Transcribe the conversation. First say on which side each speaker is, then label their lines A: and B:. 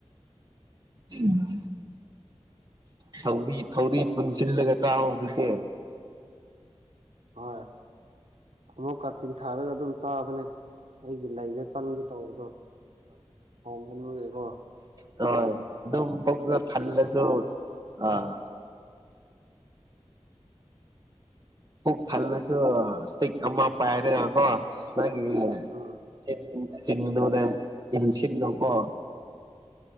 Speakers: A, on the right; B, on the right.
A: ꯎꯝ ꯊꯧꯔꯤ ꯊꯧꯔꯤ ꯄꯨꯟꯁꯤꯜꯂꯒ ꯆꯥꯎ ꯑꯗꯨꯗꯤ
B: ꯍꯣꯏ ꯑꯃꯨꯛꯀ ꯆꯤꯡꯊꯥꯔꯒ ꯑꯗꯨꯝ ꯆꯥꯕꯅꯤ ꯑꯩꯒꯤ ꯂꯩꯖꯦ ꯆꯡꯒꯦ ꯇꯧꯕꯗꯣ ꯍꯥꯎꯃꯟꯕꯒꯤꯀꯣ
A: ꯍꯣꯢ ꯑꯗꯨꯝ ꯄꯨꯛ ꯊꯜꯂꯁꯨ ꯑꯥ ꯄꯨꯨꯛ ꯊꯜꯂꯁꯨ ꯏꯁꯇꯤꯛ ꯑꯃ ꯄꯥꯏꯔꯀꯣ ꯅꯪꯒꯤ
B: ꯎꯝ
A: ꯆ ꯆꯤꯡꯗꯨꯗ ꯌꯦ ꯁꯤꯜꯂꯣꯀꯣ